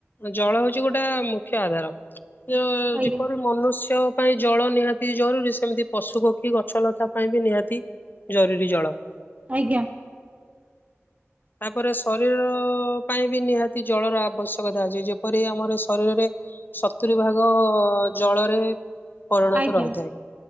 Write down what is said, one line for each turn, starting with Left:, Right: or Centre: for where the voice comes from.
Left: ଜଳ ହଉଚି ଗୋଟେ ମୁଖ୍ୟ ଆଧାର ଅ-
Right: ଆଜ୍ଞା
Left: ଯେପରି ମନୁଷ୍ୟ ପାଇଁ ଜଳ ନିହାତି ଜରୁରୀ ସେମିତି ପଶୁ ପକ୍ଷୀ ଗଛଲତା ପାଇଁ ବି ନିହାତି ଜରୁରୀ ଜଳ।
Right: ଆଜ୍ଞା।
Left: ତାପରେ ଶରୀର ପାଇଁ ବି ନିହାତି ଜଳର ଆବଶ୍ୟକତା ଅଛି ଯେପରି ଆମର ଶରୀରରେ ସତୁରି ଭାଗ ଜଳରେ ପରିଣତ
Right: ଆଜ୍ଞା
Left: ରହିଥାଏ।